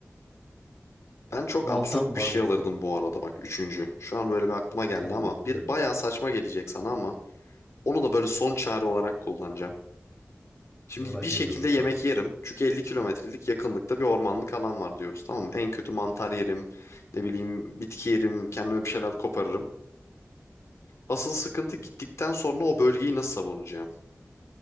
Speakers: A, on the left; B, in the centre.
A: Ben çok
B: Baltam
A: absürt bir
B: var
A: şey
B: bir
A: alırdım
B: de.
A: bu arada bak üçüncü. Şu an böyle bir aklıma
B: Üçüncü.
A: geldi ama
B: Hmm,
A: bir bayağı saçma gelecek sana ama onu da böyle son çare olarak kullanacağım. Şimdi
B: merak
A: bir şekilde
B: ediyorum
A: yemek
B: şu an.
A: yerim. Çünkü 50 kilometrelik yakınlıkta bir ormanlık alan var diyoruz tamam mı? En kötü mantar yerim, ne bileyim bitki yerim, kendime bir şeyler koparırım. Asıl sıkıntı gittikten sonra o bölgeyi nasıl savunacağım?